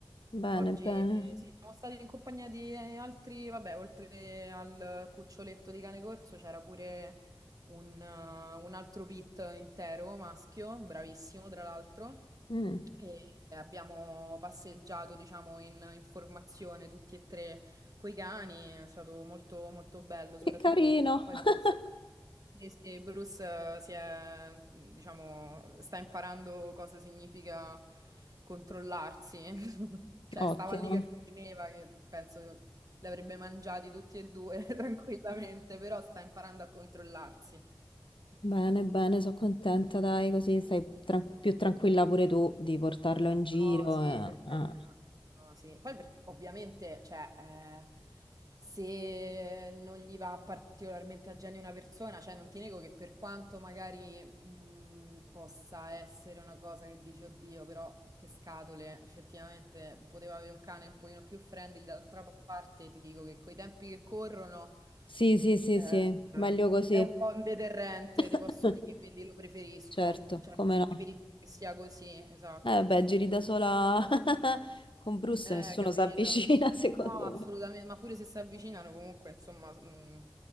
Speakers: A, on the left; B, on the right.
A: bene,
B: Oggi
A: bene.
B: eh, sì, siamo stati in compagnia di eh, altri, vabbè, oltre al cuccioletto di cane corso c'era pure un, eh, un altro pit intero maschio, bravissimo tra l'altro.
A: Mm,
B: E abbiamo passeggiato, diciamo, in, in formazione tutti e tre coi cani. È stato molto, molto bello,
A: Che
B: soprattutto
A: carino.
B: perché poi
A: <laughs>
B: Bruce, eh sì, Bruce, eh, si è, mm, diciamo, sta imparando cosa significa controllarsi. <laughs> Cioè,
A: Ottimo.
B: stava lì che fremeva, che penso li avrebbe mangiati tutti e due <laughs> tranquillamente, però sta imparando a controllarsi.
A: Bene, bene, sono contenta, dai, così stai tran- più tranquilla pure tu di portarlo in giro.
B: No, sì,
A: eh,
B: per
A: ah.
B: carità. No, sì. Poi per- ovviamente, cioè, eh, se non gli va particolarmente a genio una persona, cioè non ti nego che per quanto magari mh, possa essere una cosa che dici, oddio, però che scatole, effettivamente poteva avere un cane un pochino più friendly, d'altra parte ti dico che coi tempi che corrono
A: Sì, sì, sì,
B: eh,
A: sì, meglio così.
B: è un po' un deterrente, ti
A: <laughs>
B: posso dire, quindi lo preferisco.
A: Certo,
B: Cioè,
A: come no.
B: preferisco che sia così, esatto.
A: Eh beh, giri da sola <laughs> con Bruce,
B: Eh,
A: nessuno
B: capito.
A: si avvicina, <laughs> secondo
B: No, assolutamente,
A: me.
B: ma pure se si avvicinano comunque, insomma, mm,